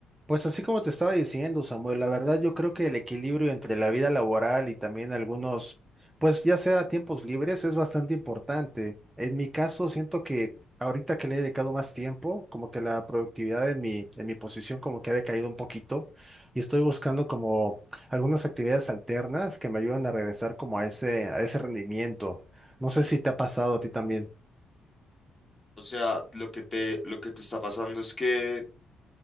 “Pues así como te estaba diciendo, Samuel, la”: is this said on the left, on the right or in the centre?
Right